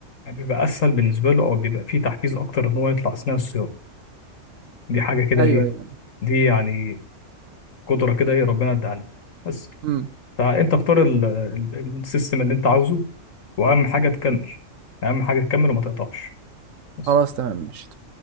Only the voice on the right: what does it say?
ايوه
ايوه
امم
خلاص تمام ماشي